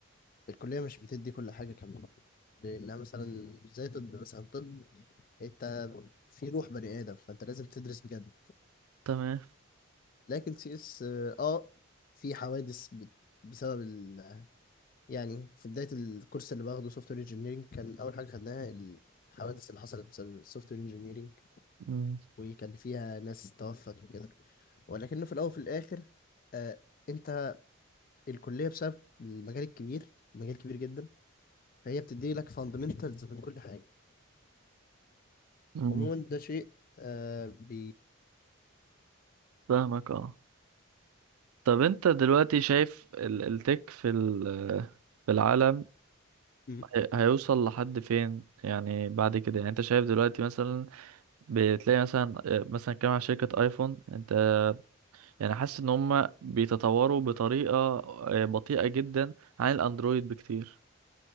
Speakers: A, on the left; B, on the right.
A: الكليه مش بتدي كل حاجه كامله لانها مثلا مش زي طب مثلا طب انت في روح بني ادم فانت لازم تدرس بجد
B: تمام
A: لكن سي اس اه آه، في حوادث بت- بسبب ال... آه، يعني في بدايه الكورس اللي باخده سوفت وير انجينيرنج كان اول حاجه خدناها الحوادث اللي حصلت بسبب السوفت وير انجينيرنج
B: مم.
A: وكان فيها ناس توفت وكده ولكنه في الاول وفي الاخر آه، انت الكلية بسبب المجال الكبير مجال كبير جدا فهي بتدي لك فاندمنتالز من كل حاجة
B: مم.
A: عموما ده شيء آه بي
B: فاهمك اه طب انت دلوقتي شايف ال- التك في ال- في العالم
A: مم.
B: هي- هيوصل لحد فين يعني بعد كده يعني انت شايف دلوقتي مثلا بتلاقي مثلا آه، مثلا كام على شركة ايفون انت يعني حاسس ان هم بيتطوروا بطريقة آه، بطيئة جدا عن الاندرويد بكتير